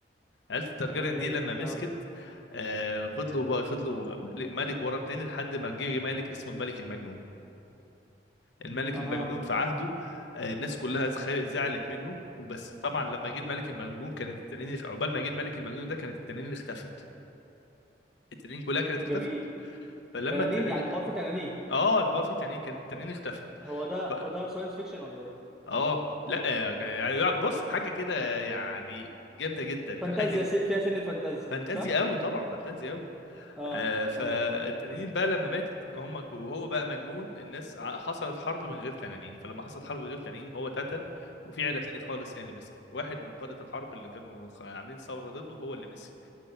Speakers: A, on the left; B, in the centre.
A: عيله الترجريان
B: ترجري
A: دي لما مسكت
B: اه
A: آه فضلوا بقى فضلوا ملك ملك ورا التاني لحد ما جه ملك اسمه الملك المجنون الملك
B: اها
A: المجنون في عهده آه، الناس كلها زخ- زعلت منه وبس طبعا لما جه الملك المجنون كانت التنانين عقبال ما جه الملك المجنون ده كانت التنانين اختفت التنانين كلها كانت اختفت
B: جميل
A: فلما
B: تنانين
A: التنانين
B: يعني الحوار فيه تنانين
A: اه الحوار فيه تنانين كانت التنانين اختفت
B: هو ده
A: ف...
B: هو ده ساينس فيكشن ولا ايه
A: اه لا يعني بص حاجه كده يعني جامده جدا
B: فانتازيا
A: حاجه ج-
B: سي... فيها سنة فانتازيا
A: فانتازيا
B: صح؟
A: قوي طبعا فانتازيا قوي
B: اه
A: آه فالتنانين
B: تمام
A: بقى لما ماتت هم ك- وهو بقى مجنون الناس ع- حصلت حرب من غير تنانين فلما حصلت حرب من غير تنانين هو اتقتل وفي عيله تانية خالص هي اللي مسكت واحد من قاده الحرب اللي كانوا خ- عاملين ثوره ضده هو اللي مسك